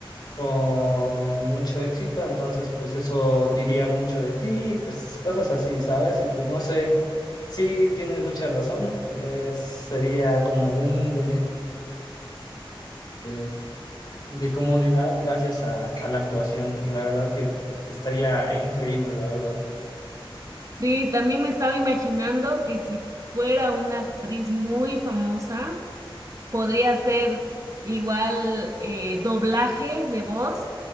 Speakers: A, on the left; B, on the right.
A: con mucho éxito, entonces pues eso diría mucho de ti, pues cosas así, ¿sabes? Y pues no sé, sí tienes mucha razón, es- sería como un mundo lleno de, de comodidad gracias a, a la actuación y la verdad que estaría increíble, la verdad.
B: Sí, también me estaba imaginando que si fuera una actriz muy famosa, podría hacer igual eh, doblajes de voz